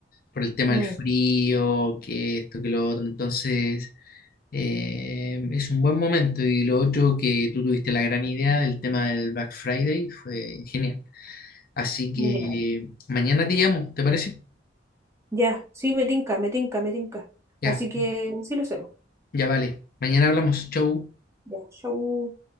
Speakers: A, on the left; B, on the right.
A: por el tema
B: Mm,
A: del frío, que esto, que lo otro, entonces eh, es un buen momento. Y lo otro que tú tuviste la gran idea del tema del Black Friday fue genial. Así que
B: ya,
A: mañana te llamo, ¿te parece?
B: ya, sí, me tinca, me tinca, me tinca.
A: Ya,
B: Así que sí lo hacemos.
A: ya vale. Mañana hablamos, chau.
B: Ya, chau.